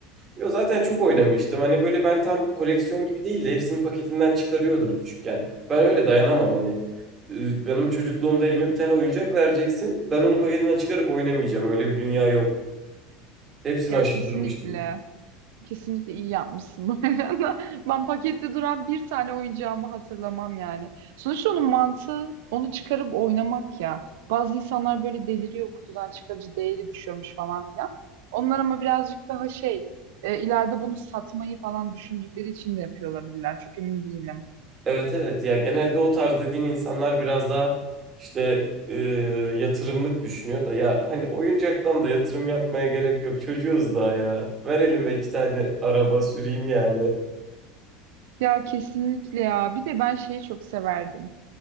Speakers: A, on the right; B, on the right.
A: Yo zaten çok oynamıştım. Hani böyle ben tam koleksiyon gibi değil de hepsini paketinden çıkarıyordum küçükken. Ben öyle dayanamam hani. Ee, Benim çocukluğumda elime bir tane oyuncak vereceksin. Ben onu paketinden çıkarıp oynamayacağım. Öyle bir dünya yok. Hepsini
B: Ya
A: aşındırmıştım.
B: kesinlikle. Kesinlikle iyi yapmışsın bu arada. <laughs> Ben pakette duran bir tane oyuncağımı hatırlamam yani. Sonuçta onun mantığı onu çıkarıp oynamak ya. Bazı insanlar böyle deliriyor kutudan çıkarıcı değeri düşüyormuş falan filan. Onlar ama birazcık daha şey e, ileride bunu satmayı falan düşündükleri için de yapıyor olabilirler. Çok emin değilim.
A: Evet evet ya genelde o tarz dediğin insanlar biraz daha işte e, yatırımlık düşünüyor da ya hani oyuncaktan da yatırım yapmaya gerek yok çocuğuz daha ya ver elime iki tane araba süreyim yani.
B: Ya kesinlikle ya. Bir de ben şeyi çok severdim.